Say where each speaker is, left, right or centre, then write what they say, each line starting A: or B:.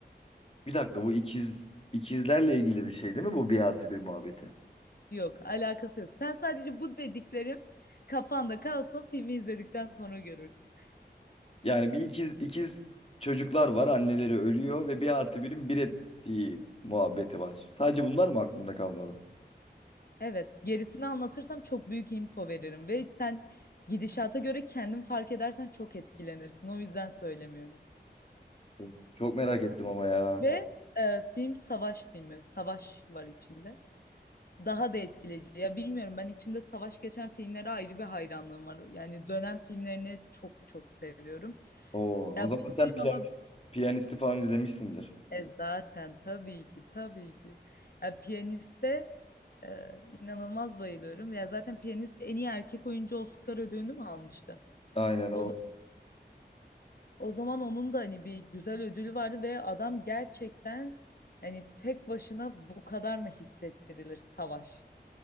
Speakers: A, on the left; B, on the left.
A: Bir dakika bu ikiz ikizlerle ilgili bir şey değil mi bu bir artı bir muhabbeti?
B: yok alakası yok sen sadece bu dediklerim kafanda kalsın filmi izledikten sonra görürsün.
A: Yani bir ikiz ikiz çocuklar var anneleri ölüyor ve bir artı birin bir ettiği muhabbeti var. Sadece bunlar mı aklımda kalmadı?
B: Evet, gerisini anlatırsam çok büyük info veririm ve sen gidişata göre kendin fark edersen çok etkilenirsin. O yüzden söylemiyorum.
A: Of, Çok merak ettim ama ya.
B: Ve e, film savaş filmi, savaş var içinde. Daha da etkileyici. Ya bilmiyorum ben içinde savaş geçen filmlere ayrı bir hayranlığım var. Yani dönem filmlerini çok çok seviyorum.
A: Oo,
B: Ya
A: o zaman
B: bu film
A: sen piyanist,
B: ama
A: piyanisti falan izlemişsindir.
B: e, zaten tabii ki tabii ki. Ya Piyanist'e e, inanılmaz bayılıyorum. Ya zaten Piyanist en iyi erkek oyuncu Oscar ödülünü mü almıştı?
A: Aynen
B: O
A: o.
B: O zaman onun da hani bir güzel ödülü vardı ve adam gerçekten hani tek başına bu kadar mı hissettirilir savaş?